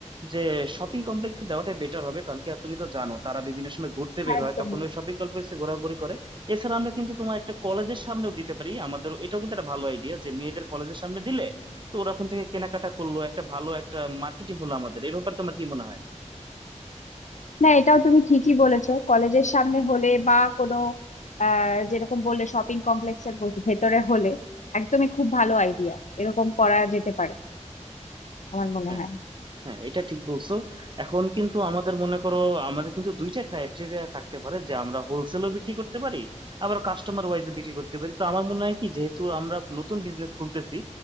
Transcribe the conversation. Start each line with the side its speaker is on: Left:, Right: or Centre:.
Right: যে শপিং কমপ্লেক্সে দেওয়াটা বেটার হবে কারণ কি আর তুমি তো জানো তারা বিভিন্ন সময় ঘুরতে বের
Left: একদম
Right: হয় তখন ওই শপিং কমপ্লেক্সে ঘোরাঘুরি করে এছাড়া আমরা কিন্তু তোমার একটা কলেজের সামনেও দিতে পারি আমাদের এটাও কিন্তু একটা ভালো আইডিয়া যে মেয়েদের কলেজের সামনে দিলে তো ওরা ওখান থেকে কেনাকাটা করলো একটা ভালো একটা মার্কেটিং হলো আমাদের এই ব্যাপারে তোমার কি মনে হয়
Left: না এটাও তুমি ঠিকই বলেছো কলেজের সামনে হলে বা কোনো আহ যেরকম বললে শপিং কমপ্লেক্সের ভেতরে হলে একদমই খুব ভালো আইডিয়া এরকম করা যেতে পারে আমার মনে
Right: হ্যাঁ
Left: হয়
Right: হ্যাঁ এটা ঠিক বলছো এখন কিন্তু আমাদের মনে করো আমাদের কিন্তু দুইটা ক্রাইটেরিয়া থাকতে পারে যে আমরা হোলসেলও বিক্রি করতে পারি আবার কাস্টমার ওয়াইজে বিক্রি করতে পারি তো আমার মনে হয় কি যেহেতু আমরা নতুন বিজনেস খুলতেছি